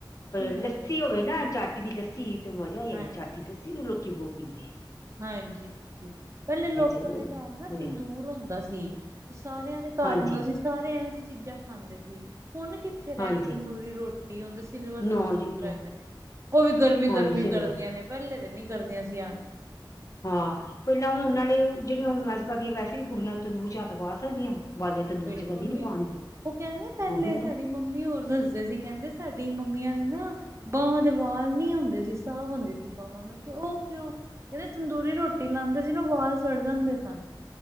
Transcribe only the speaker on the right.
ਹੈਗੇ
ਹਾਂਜੀ
ਹਾਂਜੀ ਪੇਲੇ ਲੋਕਾ
ਦੇ ਘਰ ਨਾ ਤੰਦੂਰ ਹੁੰਦਾ ਸੀ। ਤੇ ਸਾਰਆ ਦੇ ਘਰ
ਹੁੰਦਾ ਸੀ ਸਾਰੇ ਐਵੇ ਜਿ ਚੀਜਾ ਖਾਂਦੇ ਸੀ ਹੁਨ ਕਿਥ ਕਿੱਥੇ ਰਹ
ਗੀ ਤੰਦੂਰੀ ਰੋਟੀ ਹੁਨਤੇ ਸਿਲਵਰ ਦੇ
ਤੰਦੂਰ
ਹੈਗੇ ਨੇ। ਓ ਵੀ ਗਰਮੀ
ਗਰਮੀ
ਕਰਦੀਆ ਨੇ ਪੇਲੇ ਤੇ ਨੀ ਕਰਦੀਆ ਸੀ ਐਵੇ।
ਬਿਲਕੁਲ
ਵੀ
ਨੀ ਓ ਕੇਂਦੇ ਪੇਲੇ
ਸਾਡੀ ਮੰਮੀ ਹੋਰ ਦੱਸਦੇ ਸੀ ਕੇਂਦੇ ਸਾਡੀ ਮੰਮੀਆਂ ਦੇ ਨਾ ਬਾਵਾ ਦੇ ਵਾਲ ਨੀ ਹੁੰਦੇ ਸੀ ਸਾਫ਼ ਹੁੰਦੇ ਸੀ ਬਾਵਾ। ਮੈਂ ਕਯਾ ਓ ਕਓ ਕੇਂਦੇ ਤੰਦੂਰੀ ਰੋਟੀ ਲਾਂਦੇ ਸੀ ਨਾ ਵਾਲ ਸੜ ਜਾਂਦੇ ਸਨ।